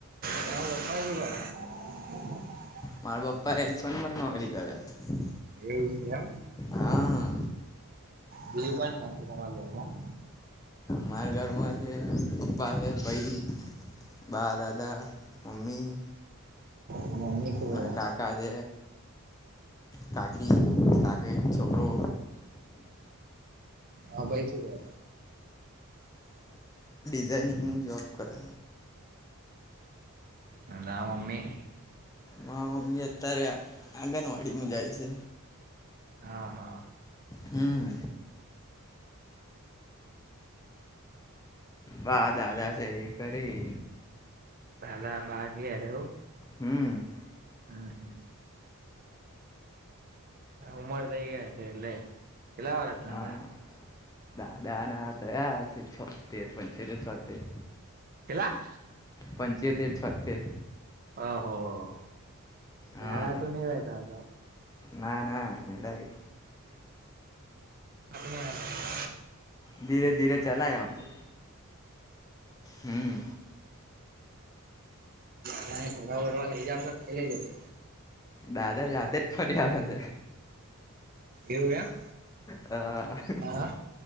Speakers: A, on the right; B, on the left.
A: હ ક બ
B: મારા પપ્પા એેલીફન પણ નોકરી કરે છે
A: એ વિષય
B: હા
A: બજુ ક ત છે તમા ઘરમાં
B: મારા ઘરમાં છે પપ્પા છે ભાઈ બા દાદા મમ્મી
A: મારા મમ્મી શું કરે?
B: ના કાકા દ કાકી કાગે છોકરો
A: હા ભાઈ તું ક
B: ંગ ન જોબ કરે
A: એા મમી
B: માી અત્યારે આંગણવાડીમાં જાય છે
A: હા હા
B: હમ વા દાદા છે એ કરી
A: હાદ બાકીવું
B: હમ
A: હમ હમ ઉમર થઈ ગયા છે એટલે કેેલા વાળસ ના
B: હા
A: હતા
B: દાદા ના થયા હ છે છ તેર પં છે તો છોતેર
A: હેલા
B: પંચોતેર છોતેર
A: ઓહ
B: હા
A: વડાતું ન રહે ત તો
B: ના ના એડાઈ
A: હ
B: ધીરે ધીરે ચલા હમ તો હમ
A: તને ફરવા ભરવા લઈ જાવશો તઈ લઈ જશે
B: દાદા જાતે જ ફરી આવે છે
A: એવુંયા
B: છે
A: હા